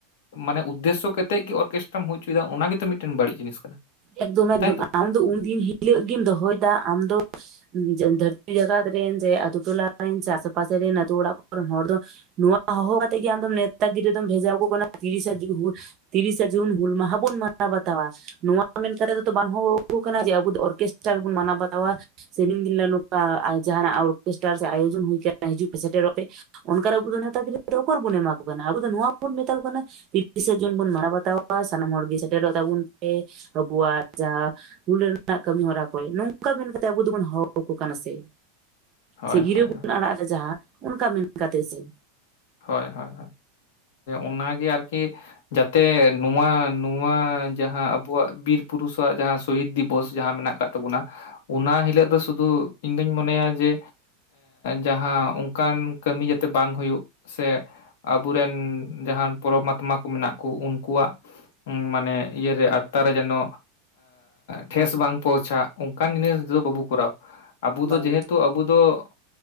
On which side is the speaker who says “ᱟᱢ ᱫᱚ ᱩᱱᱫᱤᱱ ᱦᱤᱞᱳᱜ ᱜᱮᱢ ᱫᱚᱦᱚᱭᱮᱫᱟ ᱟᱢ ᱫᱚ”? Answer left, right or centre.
Right